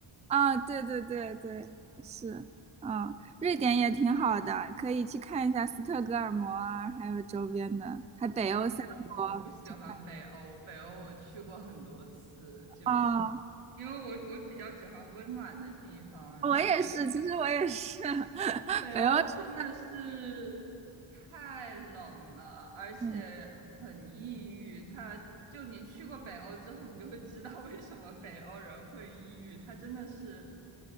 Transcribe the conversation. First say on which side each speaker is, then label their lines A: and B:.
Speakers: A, on the right; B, on the right.
A: 啊，对对对对，是，嗯，瑞典也挺好的，可以去看一下斯德哥尔摩啊，还有周边的，还北欧三国去看。
B: 啊，我我我不喜欢北欧，北欧我去过很多次，就
A: 哦，
B: 因为我我比较喜欢温暖的地方，然后北
A: 我也是，其实我也是，<laughs>
B: 北欧真的是太冷了，
A: 北欧是，
B: 而且很抑郁。
A: 嗯，
B: 它就你去过北欧之后，你就会知道为什么北欧人会抑郁。他真的是